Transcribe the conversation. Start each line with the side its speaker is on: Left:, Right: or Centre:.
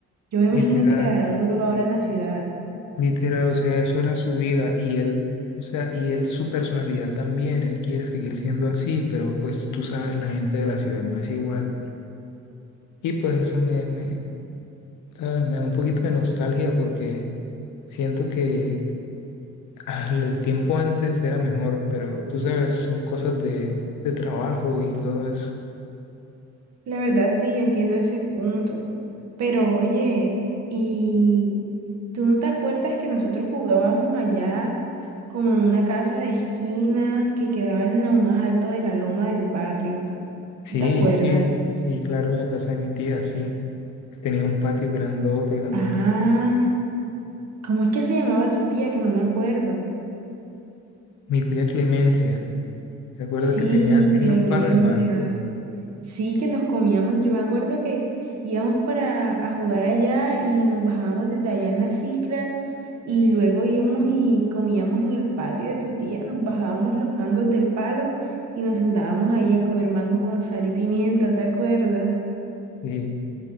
Right: Yo me imagino
Left: literal,
Right: que le dará duro ahora en la ciudad.
Left: literal, o sea, eso era su vida y él, o sea, y él su personalidad también, él quiere seguir siendo así, pero pues tú sabes, la gente de la ciudad no es igual. Y pues eso me, me, ¿sabes? Me da un poquito de nostalgia porque Siento que ah, el tiempo antes era mejor, pero tú sabes, son cosas de, de trabajo y todo eso.
Right: La verdad, sí, yo entiendo ese punto. Pero oye, ¿y ¿Tú no te acuerdas que nosotros jugábamos allá como en una casa de esquina que quedaba en lo más alto de la loma del barrio?
Left: Sí,
Right: ¿No te acuerdas?
Left: sí, sí, claro, en la casa de mi tía, sí. Tenía un patio grandote, grandote.
Right: Ajá. ¿Cómo es que se llamaba tu tía? Que no me acuerdo.
Left: Mi tía Clemencia, ¿te acuerdas
Right: Sí,
Left: que tenía, tenía
Right: Clemencia.
Left: un palo de mango?
Right: Sí, que nos comíamos, yo me acuerdo que íbamos para a jugar allá y nos bajábamos desde allá en la cicla y luego íbamos y comíamos en el patio de tu tía, nos bajábamos los mangos del palo y nos sentábamos ahí a comer mango con sal y pimienta, ¿te acuerdas?
Left: Sí,